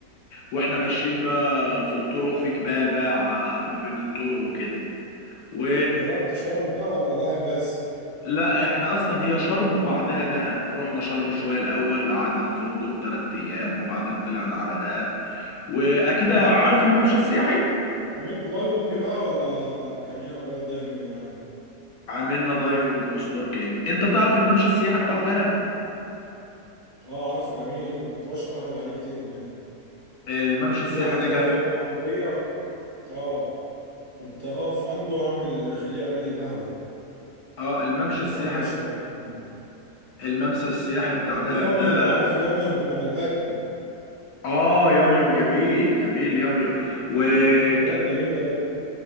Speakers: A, on the left (about 70°); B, on the right (about 55°).
A: واحنا ماشيين بقى في الطرق
B: جر-
A: في جبال بقى ع- ما بين الطرق وكده و
B: جربت شرم بقى ولا دهب بس
A: لا احنا اصلا هي شرم وبعدها دهب رحنا شرم شويه الاول قعدنا في فندق 3 ايام وبعدين طلعنا على دهب واكيد عارف الممشى السياحي
B: عملت دايفنج بقى ولا كان ايه اخبار الدايفنج معاك
A: عملنا دايفنج وسنوركلينج انت تعرف الممشى السياحي بتاع دهب
B: اه عارفه جميل كنت بشرب قهوه عليه كتير هناك
A: الممشى
B: كان في
A: السياحي
B: واحد
A: ده
B: كده
A: جم...
B: بيقف بالعربيه اه كنت اقف عنده اعمل خليه يعمل لي القهوه
A: اه الممشى
B: كنت
A: السياحي
B: بحب اشرب القهوه من عنده.
A: الممشى السياحي بتاع
B: كان
A: دهب
B: في ياميام
A: ده
B: لو عارف ياميام بتاع الاكل
A: اه ياميام جميل جميل ياميام و
B: مم، بلد
A: ك-
B: جميله قوي